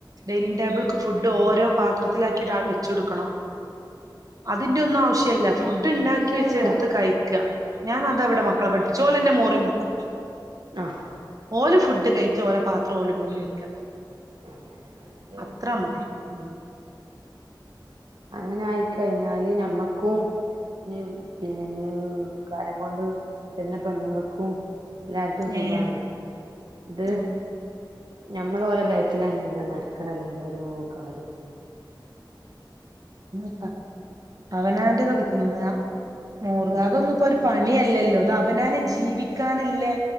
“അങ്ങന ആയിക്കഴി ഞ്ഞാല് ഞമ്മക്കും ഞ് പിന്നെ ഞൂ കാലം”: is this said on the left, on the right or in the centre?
Right